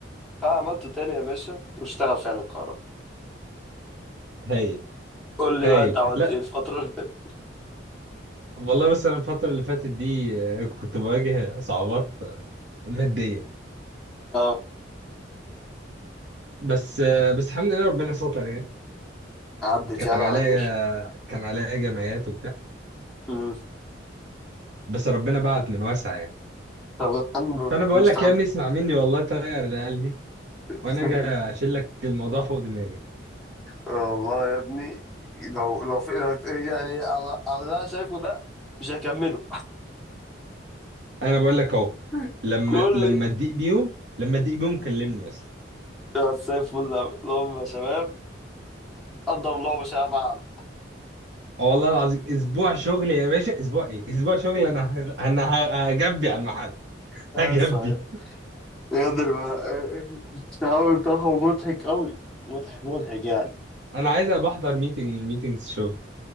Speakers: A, in the centre; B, on the right.
A: فعملته تاني يا باشا واشتغل فعلا الكهرباء
B: هايل
A: قول لي
B: هايل
A: بقى انت عملت
B: لا
A: ايه الفترة اللي فاتت
B: والله بس انا الفتره اللي فاتت دي آه، كنت بواجه صعوبات آه، ماديه
A: اه
B: بس آه، بس الحمد لله ربنا ستر يعني
A: عدت
B: كان
A: يعني
B: عليا
A: على خير
B: كان عليا جمعيات وبتاع
A: امم
B: بس ربنا بعت من واسع يعني
A: طب الحمد لله
B: فانا بقول
A: مستغرب
B: لك يا ابني اسمع مني والله طير العيال دي
A: <laughs>
B: وانا اجي اشيل لك الموضوع فوق دماغي
A: والله يا ابني لو لو في يعني على على اللي انا شايفه ده مش هكمله
B: انا بقول لك اهو
A: <laughs>
B: لما
A: كل
B: لما تضيق بيهم لما تضيق بيهم كلمني بس
A: يا زي الفل أوي اللهم يا شباب قدم الله وشاء فعل
B: اه والله العظيم اسبوع شغل يا باشا اسبوع ايه اسبوع شغل انا ه- انا ه- هجبي على المحل
A: يا
B: هجبي
A: سلام بجد الم- التعامل بتاعهم مضحك أوي مضحك مضحك يعني
B: انا عايز ابقى احضر ميتنج ميتنجز شغل